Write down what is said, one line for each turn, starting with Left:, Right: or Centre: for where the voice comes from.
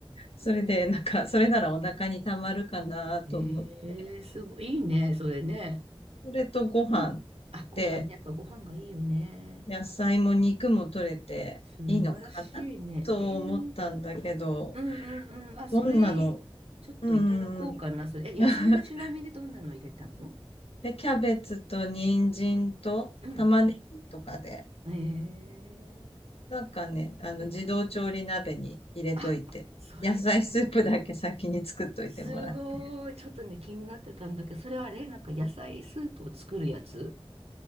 Left: それで、なんか、それならお腹にたまるかなと思って。
Right: ええすごい、いいね、それね。
Left: それとご飯っ
Right: うん。あ、ご飯ね。
Left: て、
Right: やっぱご飯がいいよね。
Left: 野菜も肉も取れていいのかなと思ったんだけど、
Right: 素晴らしいね。えー、うんうんうん。あ、それいい。
Left: どんなの
Right: ちょっといただこうかな。
Left: うーん。
Right: それ。え、
Left: <laughs>
Right: 野菜はちなみにどんなの入れたの
Left: で、キャベツと人参と玉ねぎとかで、
Right: うん。えー、
Left: なんかね、あの、
Right: うん。
Left: 自動調理鍋に入れといて、
Right: あ、それ、
Left: 野菜スープだけ先に作っといてもらって。
Right: すごい。ちょっとね、気になってたんだけど、それはあれなんか野菜スープを作るやつ